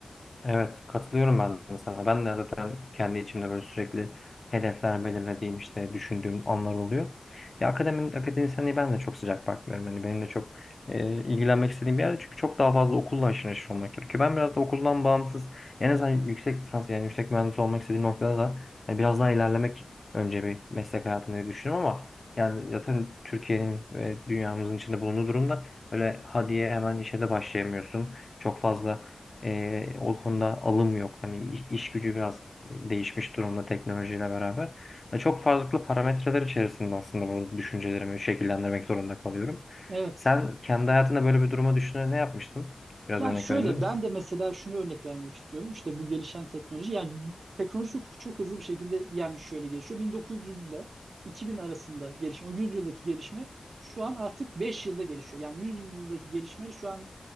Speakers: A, on the left; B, on the right.
A: Evet, katılıyorum ben de sana. Ben de zaten kendi içimde böyle sürekli hedefler belirlediğim işte düşündüğüm anlar oluyor. Ya akademin akademisyenliği ben de çok sıcak bakmıyorum. Hani benim de çok e, ilgilenmek istediğim bir yer çünkü çok daha fazla okulla haşır neşir olmak gerekiyor. Ben biraz da okuldan bağımsız en azından yüksek lisans yani yüksek mühendis olmak istediğim noktada da hani biraz daha ilerlemek önce bir meslek hayatında diye düşünüyorum ama yani zaten Türkiye'nin ve dünyamızın içinde bulunduğu durumda öyle ha diye hemen işe de başlayamıyorsun. Çok fazla ee, o konuda alım yok. Hani iş, iş gücü biraz değişmiş durumda teknolojiyle beraber. Ya çok farklı parametreler içerisinde aslında bu düşüncelerimi şekillendirmek zorunda kalıyorum.
B: Evet.
A: Sen kendi hayatında böyle bir duruma düşünerek ne yapmıştın? Biraz
B: Yani
A: örnek
B: şöyle
A: verebilir misin?
B: ben de mesela şunu örnek vermek istiyorum. İşte bu gelişen teknoloji yani teknoloji çok, çok hızlı bir şekilde yani şöyle gelişiyor. 1900 ile 2000 arasında gelişme o 100 yıldaki gelişme şu an artık 5 yılda gelişiyor. Yani 100 yıldaki gelişme şu an